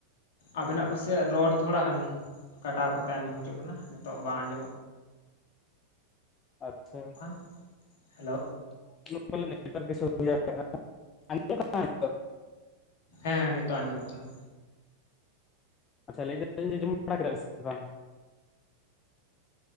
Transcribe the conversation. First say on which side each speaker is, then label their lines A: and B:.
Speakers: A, on the left; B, on the left.
A: ᱟᱵᱮᱱᱟᱜ ᱯᱟᱥᱮᱡ ᱨᱚᱲ ᱛᱷᱚᱲᱟ ᱜᱟᱱ ᱠᱟᱴᱟᱣ ᱠᱟᱛᱮ ᱟᱸᱡᱚᱢ ᱦᱟᱹᱡᱚᱜ ᱠᱟᱱᱟ, ᱱᱤᱛᱚᱜ ᱵᱟᱝ ᱟᱸᱡᱚᱢᱚᱜ
B: ᱟᱪᱪᱷᱟ᱾
A: <inaudible> ᱦᱮᱞᱳ ᱾
B: <unintelligible>
A: ᱦᱮᱸ ᱦᱮᱸ ᱱᱤᱛᱚᱜ ᱟᱸᱡᱚᱢᱚᱜ ᱠᱟᱱᱟ᱾
B: ᱟᱪᱪᱷᱟ ᱞᱟᱹᱭ ᱮᱫᱟᱞᱧ ᱡᱮ ᱡᱚᱢ ᱵᱟᱲᱟ ᱠᱮᱫᱟ ᱯᱮ ᱥᱮ ᱵᱟᱝ?